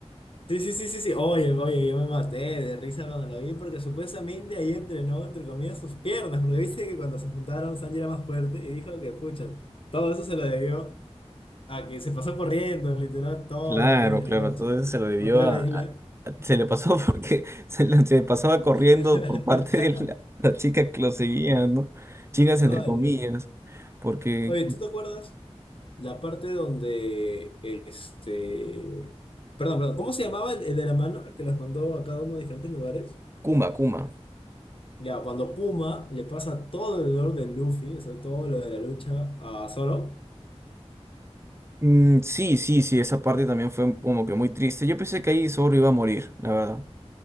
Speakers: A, on the left; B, on the right.
A: sí, sí, sí, sí, sí, oye, oye, yo me maté de risa cuando lo vi porque supuestamente ahí entrenó, entre comillas, sus piernas, porque viste que cuando se juntaron Sanji era más fuerte y dijo que, pucha, todo eso se lo debió. a que se pasó corriendo, literal, todo
B: Claro,
A: el día y
B: claro,
A: la noche,
B: entonces se lo debió
A: por toda
B: a,
A: la isla.
B: a- a- Se le pasó <laughs> porque se, le- se pasaba corriendo
A: <laughs>
B: por parte de la, la chica que lo seguía, ¿no? Chicas
A: Ala.
B: entre comillas, porque
A: Oye, ¿tú te acuerdas la parte donde este. Perdón, perdón, ¿cómo se llamaba el, el de la mano, el que los mandó a cada uno de diferentes lugares?
B: Kuma, Kuma.
A: Ya, cuando Kuma le pasa todo el dolor de Luffy, o sea, todo lo de la lucha a Zoro.
B: Mm, sí, sí, sí, esa parte también fue como que muy triste. Yo pensé que ahí Zorro iba a morir, la verdad.